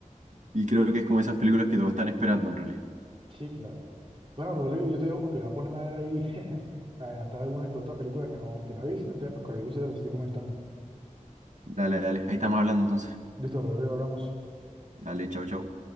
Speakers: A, on the right; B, on the right.
A: y creo que es como esas películas que todos están esperando en realidad.
B: sí, claro. Bueno, Rodrigo, yo te dejo porque voy a ponerme a ver ahí, <laughs> a adelantar alguna que otra película que no, que no he visto, entonces pues cualquier cosa te estoy comentando.
A: Dale, dale. Ahí estamos hablando entonces.
B: Listo, Rodrigo, hablamos.
A: Dale, chao, chao.